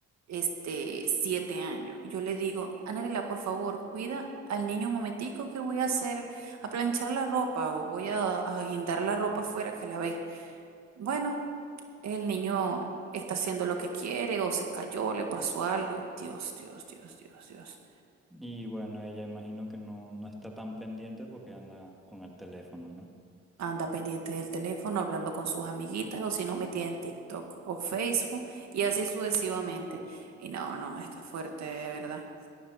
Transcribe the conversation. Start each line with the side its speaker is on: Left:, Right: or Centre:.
Right: este, 7 años. Yo le digo, Anarela, por favor, cuida al niño un momentico que voy a hacer, a planchar la ropa o voy a, a guindar la ropa afuera que la ve. Bueno, el niño está haciendo lo que quiere o se cayó, le pasó algo. Dios, Dios, Dios, Dios, Dios.
Centre: Y bueno, ella imagino que no, no está tan pendiente porque anda con el teléfono, ¿no?
Right: Anda pendiente del teléfono, hablando con sus amiguitas o si no metida en TikTok o Facebook y así sucesivamente. Y no, no, está fuerte, de verdad.